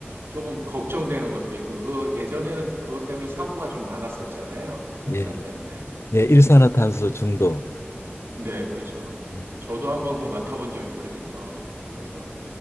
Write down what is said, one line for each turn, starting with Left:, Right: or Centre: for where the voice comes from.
Right: 조금 걱정되는 것도 있고, 그 예전에는 그것 때문에 사고가 좀 많았었잖아요. 연탄
Left: 예.
Right: 때문에.
Left: 예, 일산화탄소
Right: 네.
Left: 중독.
Right: 네, 그렇죠.
Left: 네.
Right: 저도 한번 그거 맡아본 적이 있거든요. 그래서